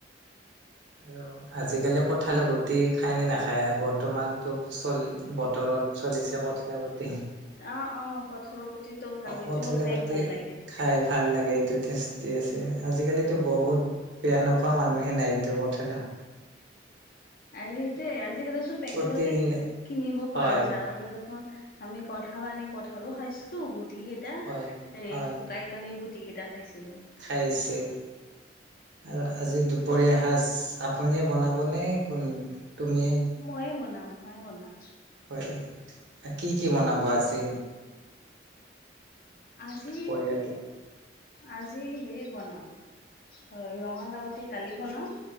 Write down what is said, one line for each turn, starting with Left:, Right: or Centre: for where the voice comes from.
Right: আৰু আজিকালি কঠালে গুটি খায় নে নাখায় বৰ্তমানতো চল বতৰত চলিছে কঠ লগতে
Left: অ অ কঠৰৰ গুটিটো খাব
Right: কঁঠালগুটি
Left: এইটোও খাই ভাল লাগে
Right: খাই ভাল লাগে এইটো টেষ্টি আছে আজিকালিো বহুত বেয়া নোপোৱা মানুহে নাই এইটো কথা ন
Left: আৰু সেইটোৱ আজি ক পেকেটতে
Right: প্ৰতিদিনে
Left: কিনিব
Right: হয়,
Left: পাৰ জতে দেখোন আমি কঠাল আনি কঠালো খাইছিলো গতিকে এটা
Right: হয়,
Left: এই
Right: হয়
Left: শুকাই পানী গুটি কেইটা খাইছিলো
Right: খাইছে আৰু আজি দুপৰীয়া সাজ আপুনিয়ে বনাবনে কোন তুমিয়
Left: ময়ো বনাওঁ মইে বনাওঁ।
Right: হয়, কি কি বনাব আজি?
Left: আজি
Right: দুপৰীয়াটো?
Left: আজি হেৰি বনাম, অ, ৰঙালাউতি দালি বনাম,